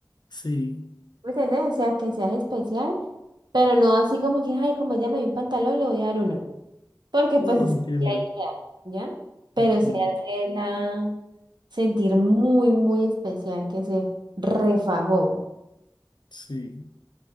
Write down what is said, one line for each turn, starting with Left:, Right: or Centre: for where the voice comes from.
Left: Sí,
Right: ¿Me entendés? O sea, que seas especial, pero no así como que, ay, como ella me dio un pantalón, le voy a dar uno. Porque
Left: no,
Right: pues
Left: no
Right: esa
Left: entiendo,
Right: es la idea, ¿ya? Pero
Left: entiendo,
Right: sí hacerla sentir muy, muy especial, que se refajó.
Left: sí.